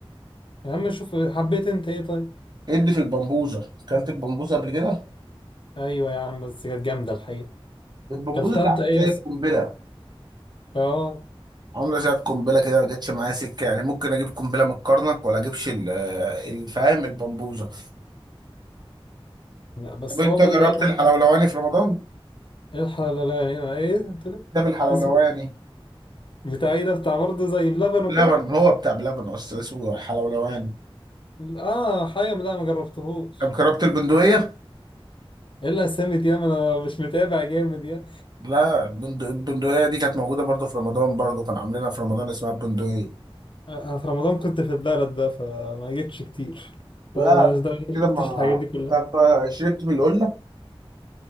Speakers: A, on the left; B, on the right.
A: يا عم شوف حبيت انت ايه طيب؟
B: ادي في البمبوزه اكلت البمبوزه قبل كده
A: ايوه يا عم بس كانت جامدة الحقيقة
B: البمبوزه
A: كلتها
B: دي
A: انت
B: عامله
A: ايه
B: زي
A: بس؟
B: القنبله
A: اه
B: عامله زي القنبله كده ما جاتش معايا سكه يعني ممكن اجيب قنبله من الكرنك ولا اجيبش ال- الفاهم البمبوزه
A: لا بس
B: طب انت
A: برضه
B: جربت
A: الايه يعني؟
B: الحلولواني في رمضان
A: الحلال لا لا يعني ايه بتقول إيه؟
B: ده بالحلولواني
A: اسمه بتاع ايه ده بتاع برضه زي بلبن وكده
B: لبن هو بتاع بلبن اصلا اسمه حلولواني
A: اه حيم لا ما جربتهوش
B: طب جربت البندقيه
A: ايه الاسامي دي يا ما انا مش متابع جامد يا
B: لا البند- البندقيه دي كانت موجوده برضو في رمضان برضو كان عاملينها في رمضان اسمها البندقيه
A: انا في رمضان كنت في البلد بقى فما جيتش كتير
B: لا
A: فما ما
B: كده
A: شفتش
B: ما
A: الحاجات دي كلها
B: طب شربت من القله